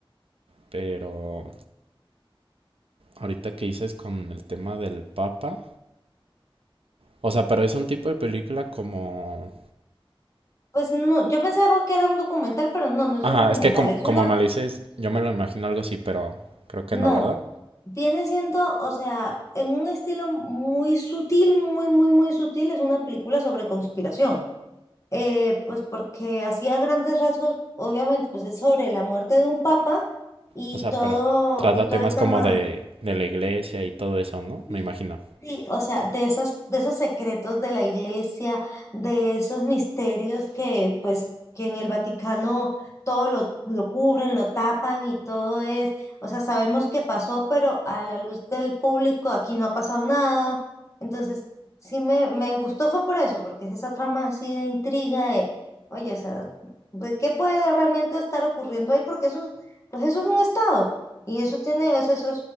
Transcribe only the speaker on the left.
Pues no, yo pensaba que era un documental, pero no, no es
un documental,
es
una,
no,
viene siendo, o sea, en un estilo muy sutil, muy, muy, muy sutil, es una película sobre conspiración. Eh, pues porque hacía grandes rasgos, obviamente, pues es sobre la muerte de un papa y
todo,
y todo
el tema.
Sí,
sí, o sea, de esos, de esos secretos de la iglesia, de esos misterios que, pues, que en el Vaticano todo lo, lo cubren, lo tapan y todo es, o sea, sabemos que pasó, pero a la luz del público aquí no ha pasado nada. Entonces, sí me, me gustó fue por eso, porque es esa trama así de intriga de, oye, o sea, ¿de ¿qué puede realmente estar ocurriendo ahí? Porque eso, es- pues eso es un estado. Y eso tiene, eso, eso